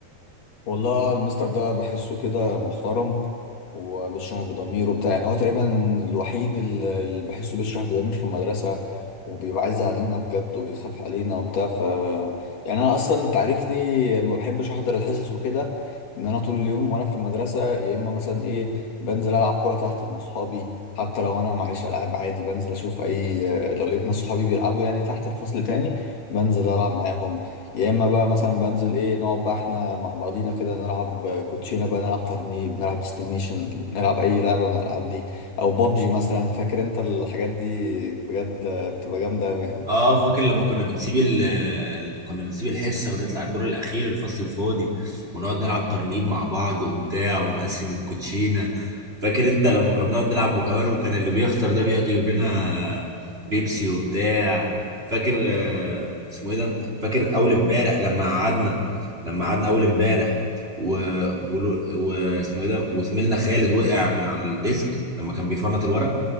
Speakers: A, on the left (about 60°); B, on the right (about 15°).
A: والله المستر ده بحسه كده محترم وبيشرح بضمير وبتاع يعني هو تقريبا الوحيد اللي اللي بحسه بيشرح بضمير في المدرسة وبيبقى عايز يعلمنا بجد وبيخاف علينا وبتاع ف يعني انا اصلا انت عارفني ما بحبش احضر الحصص وكده ان انا طول اليوم وانا في المدرسة يا اما مثلا ايه بنزل العب كورة تحت مع اصحابي حتى لو انا معيش العاب عادي بنزل اشوف اي لو لقيت ناس صحابي بيلعبوا يعني تحت في فصل تاني بنزل العب معاهم يا اما بقى مثلا بنزل ايه نقعد بقى احنا مع بعضينا كده نلعب كوتشينه بقى نلعب ترنيب نلعب استيميشن نلعب اي لعبه من الالعاب دي او بابجي مثلا فاكر انت الحاجات دي بجد بتبقى جامده قوي يعني
B: اه فاكر لما كنا بنسيب ال لما كنا بنسيب الحصه ونطلع الدور الاخير الفصل الفاضي ونقعد نلعب ترنيب مع بعض وبتاع ونقسم الكوتشينه فاكر انت لما كنا بنقعد نلعب بوكابار وكان اللي بيخسر ده بيقعد يجيب لنا بيبسي وبتاع فاكر آه، اسمه ايه ده فاكر اول امبارح لما قعدنا لما قعدنا اول امبارح و... و... واسمه ايه ده وزميلنا خالد وقع من على الديسك لما كان بيفنط الورق